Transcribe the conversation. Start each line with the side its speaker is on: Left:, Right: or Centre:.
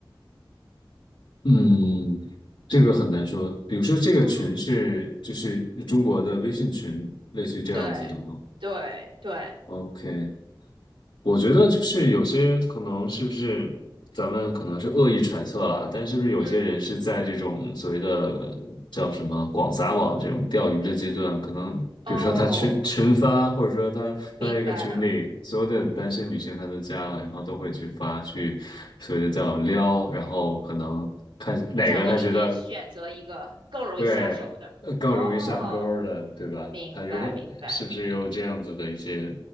Left: 嗯，这个很难说。比如说，这个群是就是中国的微信群，
Right: 嗯，
Left: 类似于这样子的吗
Right: 对对对，
Left: ？OK，我觉得就是有些可能是不是咱们可能是恶意揣测啦，但是不是有些人是在这种所谓的叫什么广撒网这种钓鱼的阶段，
Right: 嗯，
Left: 可能比如说他群群发，
Right: 哦，
Left: 或者说他他在一个群里，
Right: 明白了。
Left: 所有的单身女性他都加了，然后都会去发去所谓的叫撩，然后可能看哪个他觉得。
Right: 在里面选择一个更容易下手的。
Left: 对，呃更容易上钩儿了，
Right: 哦，
Left: 对吧？
Right: 明白明白，
Left: 他有可能是不是有这样子的一些，